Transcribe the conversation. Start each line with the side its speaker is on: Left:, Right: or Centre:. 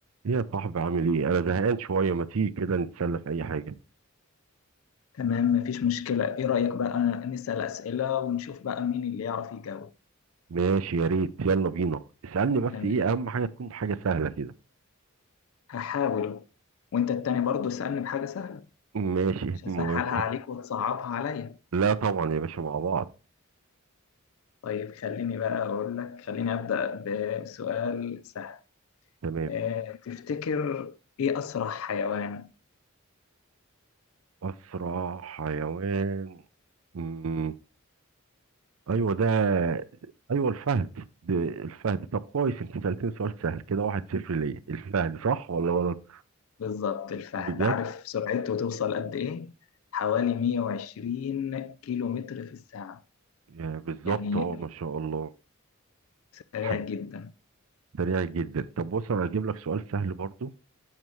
Right: ايه يا صاحبي عامل ايه انا زهقان شويه ما تيجي كده نتسلى في اي حاجه
Left: تمام مفيش مشكلة إيه رأيك بقى نسأل أسئلة ونشوف بقى مين اللي يعرف يجاوب
Right: ماشي يا ريت يلا بينا اسالني بس
Left: تمام
Right: ايه اهم حاجه تكون حاجه سهله كده
Left: هحاول وأنت التاني برضو اسألني بحاجة سهلة
Right: ماشي
Left: مش هسهلها
Right: موافق
Left: عليك وتصعبها عليا
Right: لا طبعا يا باشا مع بعض
Left: طيب خليني بقى أقول لك خليني أبدأ بسؤال سهل
Right: تمام
Left: اه تفتكر إيه أسرع حيوان
Right: اسرع حيوان مم. ايوه ده ايوه الفهد ده الفهد طب كويس انت سالتني سؤال سهل كده واحد صفر ليا الفهد صح ولا غلط
Left: بالظبط الفهد
Right: بجد
Left: عارف سرعته توصل قد إيه؟ حوالي 120 كيلو متر في الساعة
Right: يعني بالظبط
Left: يعني
Right: اه ما شاء الله
Left: سريع
Right: ح-
Left: جدا
Right: سريع جدا طب بص انا هجيب لك سؤال سهل برضو